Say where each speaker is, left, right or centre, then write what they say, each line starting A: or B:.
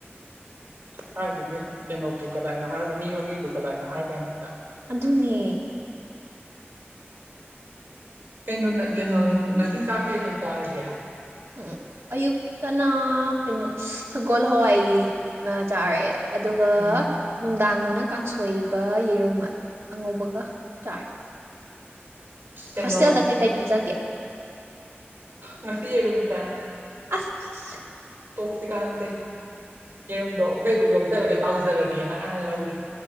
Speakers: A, on the right (about 65°); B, on the right (about 85°).
A: ꯀꯥꯏꯗꯗꯤ ꯀꯩꯅꯣꯕꯨ ꯀꯗꯥꯏꯣ ꯍꯥꯏꯔꯒ ꯃꯤ ꯃꯃꯤꯡꯕꯨ ꯀꯗꯥꯏꯣ ꯍꯥꯏꯔ ꯀꯥꯟꯁꯤꯗ
B: ꯑꯗꯨꯅꯦ
A: ꯀꯩꯅꯣ ꯀꯩꯅꯣ ꯉꯁꯤ ꯆꯥꯛ ꯀꯩ ꯀꯩꯣ ꯇꯥꯔꯒꯦ
B: ꯎꯝ ꯑꯌꯨꯛꯇꯅ ꯀꯩꯅꯣ ꯁꯒꯣꯜ ꯍꯋꯥꯏ ꯆꯥꯔꯦ ꯑꯗꯨꯒ
A: ꯎꯝ
B: ꯅꯨꯡꯗꯥꯡꯅꯅ ꯀꯥꯡꯁꯣꯏꯒ ꯌꯦꯔꯨꯝ ꯑꯉꯧꯕꯒ ꯆꯥꯏ
A: ꯀꯩꯅꯣ
B: ꯍꯣꯁꯇꯦꯜꯗ ꯀꯩ ꯀꯩ ꯄꯤꯖꯒꯦ
A: ꯉꯁꯤꯤꯔꯗ
B: ꯑꯁ
A: ꯇꯣꯛꯁꯤ ꯀꯥꯟꯗꯦ ꯌꯦꯔꯨꯝꯝꯗꯣ ꯑꯩꯈꯣꯏꯗꯣ ꯂꯧꯖꯔꯒꯦ ꯇꯥꯎꯖꯔꯒꯦꯅ ꯍꯥꯏꯅ ꯂꯧꯔꯦ